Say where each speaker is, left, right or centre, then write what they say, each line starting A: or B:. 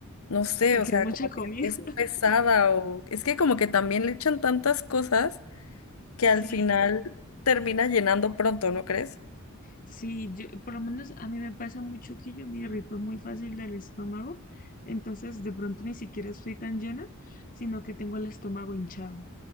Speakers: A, on the left; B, on the left.
A: no sé,
B: Porque
A: o sea,
B: es mucha
A: como
B: comida.
A: que es
B: <laughs>
A: pesada o es que como que también le echan tantas cosas que
B: Sí,
A: al final termina llenando pronto, ¿no crees?
B: sí, yo, por lo menos a mí me pasa mucho que yo me irrito muy fácil del estómago, entonces de pronto ni siquiera estoy tan llena, sino que tengo el estómago hinchado.